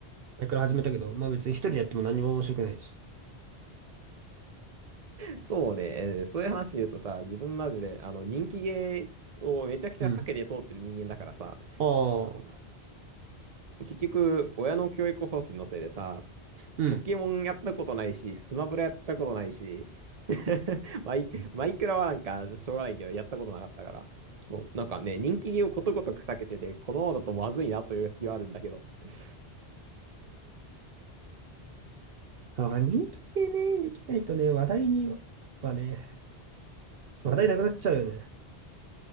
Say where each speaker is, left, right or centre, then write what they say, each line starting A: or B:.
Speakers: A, on the right (about 65°); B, on the right (about 40°).
A: あれから始めたけど、まあ別に一人でやっても何も面白くないし。
B: そうね、えーそういう話で言うとさ、自分マジで、あの、人気ゲーをめちゃくちゃ避けて通ってる人間だからさ、
A: うん。ああ、
B: あの結局、親の教育方針のせいでさ、
A: うん。
B: ポケモンやったことないし、スマブラやったことないし、<laughs> マイ、マイクラはなんかしょうがないけど、やったことなかったから、そう、なんかね、人気をことごとく避けてて、このままだとまずいなという気はあるんだけど。<laughs>
A: だから人気でね、できないとね、話題にはね、
B: そう。
A: 話題なくなっちゃうよね。